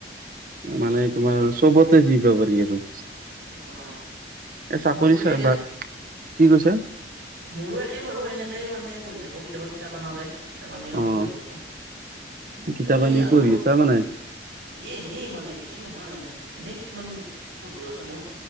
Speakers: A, on the right; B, on the right.
A: তাকেতো
B: মানে তোমাৰ
A: ঠিকে
B: চবতে দিবা পাৰি আৰু।
A: অ,
B: এ চাকৰি
A: সৰু একে
B: চাই
A: দিয়া।
B: বা কি কৈছে?
A: মোৰো একে বাৰু সেনেকেই মানে পঢ়ি থাকোঁ কেতিয়াবা কিতাপ অনা যায়। কিতাপ আনি
B: অ'
A: পঢ়ি থাকো। কিন্তু
B: কিতাপ আনি
A: এই আগৰ
B: পঢ়ি আছা মানে?
A: এ, এনেই মানে বেছি নহয়। এনেই কিছুমান বন্ধু আছে মোৰ।